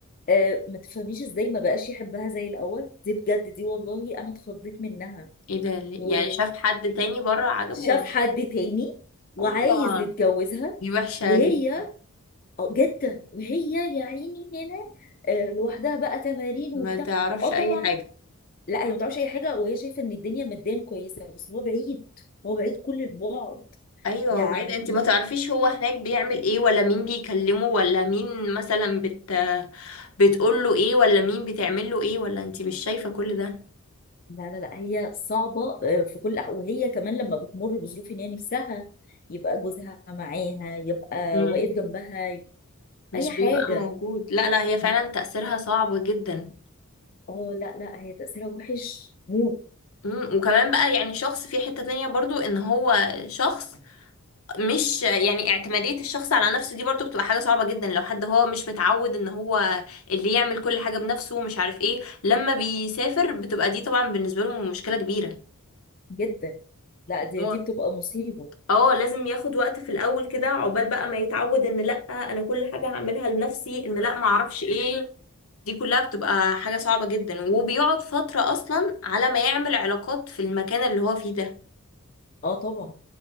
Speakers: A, on the left (about 40°); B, on the left (about 75°).
A: آه، ما تفهميش ازاي ما بقاش يحبها زي الأول دي بجد دي والله أنا اتخضيت منها
B: إيه ده اللي-
A: و...
B: يعني شاف حد تاني بره عجبه
A: شاف
B: ولا؟
A: حد تاني وعايز
B: هوبا
A: يتجوزها
B: دي وحشة
A: وهي
B: جدا
A: آه، جدة وهي يا عيني هنا آه، لوحدها بقى تمارين
B: ما
A: وبتاع
B: تعرفش
A: اه طبعا
B: أي حاجة
A: لا هي ما تعرفش اي حاجه وهي شايفه ان الدنيا ماديا كويسه بس هو بعيد هو بعيد كل البعد
B: ايوه
A: يعني
B: وبعيد انت ما تعرفيش هو هناك بيعمل ايه ولا مين بيكلمه ولا مين مثلا بت بتقول له ايه ولا مين بتعمل له ايه ولا انت مش شايفة كل ده
A: لا لا لا هي صعبه آه، في كل الأح- وهي كمان لما بتمر بظروف ان هي نفسها يبقى جوزها معاها يبقى
B: امم
A: واقف جنبها يبقى
B: مش
A: اي حاجه
B: بيبقى موجود لا لا هي فعلا
A: م-
B: تأثيرها صعب جدا
A: اه لا لا هي تاثيرها وحش موت
B: امم وكمان بقى يعني شخص في حتة تانية برضو ان هو شخص مش يعني اعتمادية الشخص على نفسه دي برضو بتبقى حاجة صعبة جدا لو حد هو مش متعود ان هو اللي يعمل كل حاجة بنفسه ومش عارف ايه لما بيسافر بتبقى دي طبعا بالنسبة له مشكلة كبيرة
A: جدا لا دي
B: هو
A: دي بتبقى مصيبة
B: اه لازم ياخد وقت في الاول كده عقبال بقى ما يتعود ان لا انا كل حاجه هعملها لنفسي ان لا ما اعرفش ايه دي كلها بتبقى حاجه صعبه جدا وبيقعد فتره اصلا على ما يعمل علاقات في المكان اللي هو فيه ده
A: اه طبعا